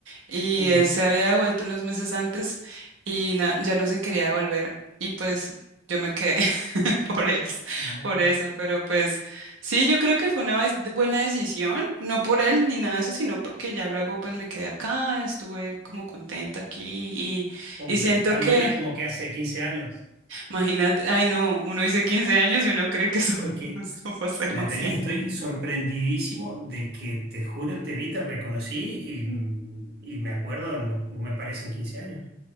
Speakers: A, on the right; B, on the right.
A: y
B: Sí.
A: él se había devuelto unos meses antes y na- ya no se quería devolver. Y pues yo me quedé <laughs> por eso,
B: Ah,
A: por eso. Pero pues sí, yo creo que fue una vez- buena decisión, no por él ni nada de eso, sino porque ya luego pues me quedé acá, estuve como contenta aquí y,
B: Como
A: y siento
B: que tan
A: que,
B: buena como que hace 15 años.
A: imagínate, ay no, uno dice 15 años y uno cree que eso, <laughs>
B: Porque
A: eso pasa demasiado.
B: Natalie, estoy sorprendidísimo de que te juro, te vi, te reconocí y, mm, y me acuerdo, no, no me parecen 15 años.